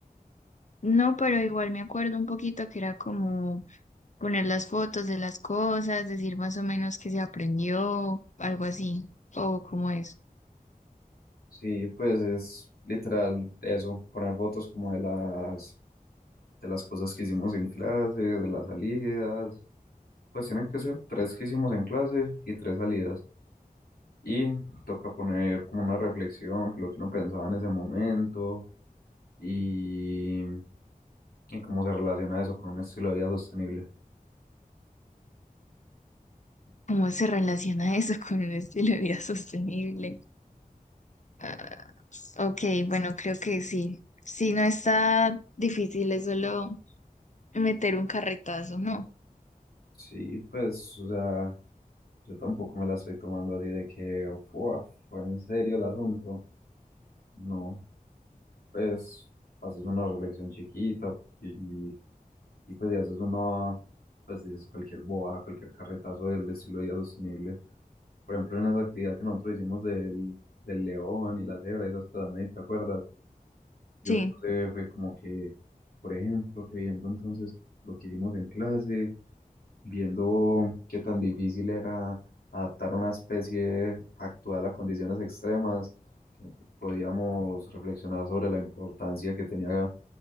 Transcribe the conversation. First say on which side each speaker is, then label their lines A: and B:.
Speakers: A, on the left; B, on the left.
A: No, pero igual me acuerdo un poquito que era como poner las fotos de las cosas, decir más o menos qué se aprendió, algo así, o cómo es,
B: Sí, pues es literal eso, poner fotos como de las, de las cosas que hicimos en clase, de las salidas. Pues tienen que ser tres que hicimos en clase y tres salidas. Y toca poner como una reflexión, lo que uno pensaba en ese momento y, y cómo se relaciona eso con un estilo de vida sostenible.
A: cómo se relaciona eso <laughs> con un estilo de vida sostenible. Ah, ok, bueno, creo que sí. Sí, no está difícil, es solo meter un carretazo, ¿no?
B: Sí, pues, o sea, yo tampoco me la estoy tomando así de que, "Fua, fue en serio el asunto. No, pues, haces una reflexión chiquita y, y, y, pues, y haces una, pues, dices cualquier boba, cualquier carretazo del estilo de vida sostenible. Por ejemplo, en esa actividad que nosotros hicimos del, del león y la cebra y esas cosas, ¿no? ¿Y te acuerdas? Yo
A: Sí,
B: puse, fue como que, por ejemplo, que viendo entonces lo que hicimos en clase viendo qué tan difícil era adaptar una especie actual a condiciones extremas, eh, podíamos reflexionar sobre la importancia que tenía